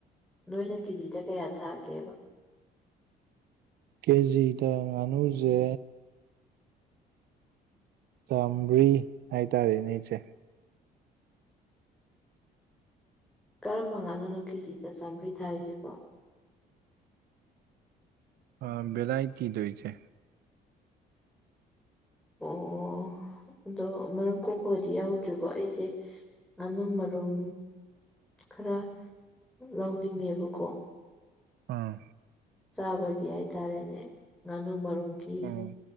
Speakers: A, in the centre; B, on the right.
A: ꯅꯣꯏꯅ ꯀꯦꯖꯤꯗ ꯀꯌꯥ ꯊꯥꯒꯦꯕ
B: ꯀꯦꯖꯤꯗ ꯉꯥꯅꯨꯁꯦ ꯆꯥꯝꯃ꯭ꯔꯤ ꯍꯥꯏꯇꯥꯔꯦꯅꯦ ꯏꯆꯦ
A: ꯀꯔꯝꯕ ꯉꯥꯅꯨꯅꯣ ꯀꯦꯖꯤꯗ ꯆꯥꯝꯃ꯭ꯔꯤ ꯊꯥꯔꯤꯁꯤꯕꯣ
B: ꯑꯥ ꯕꯦꯂꯥꯏꯇꯤꯗꯣ ꯏꯆꯦ
A: ꯑꯣ ꯑꯣ ꯑꯣ ꯑꯗꯣ ꯃꯔꯨꯝ ꯀꯣꯛꯄꯒꯗꯤ ꯌꯥꯎꯗ꯭ꯔꯤꯕꯣ ꯑꯩꯁꯦ ꯉꯥꯅꯨ ꯃꯔꯨꯝ ꯈꯔ ꯂꯧꯅꯤꯡꯉꯦꯕꯀꯣ
B: ꯑꯥ
A: ꯆꯥꯕꯒꯤ ꯍꯥꯏꯇꯥꯔꯦꯅꯦ ꯉꯥꯅꯨ ꯃꯔꯨꯝꯒꯤ
B: ꯎꯝ